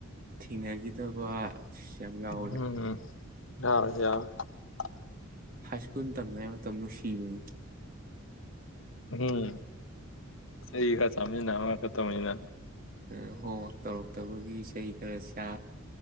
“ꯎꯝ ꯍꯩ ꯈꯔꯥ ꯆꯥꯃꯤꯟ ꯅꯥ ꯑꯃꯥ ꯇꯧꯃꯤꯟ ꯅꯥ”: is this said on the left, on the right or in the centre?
Left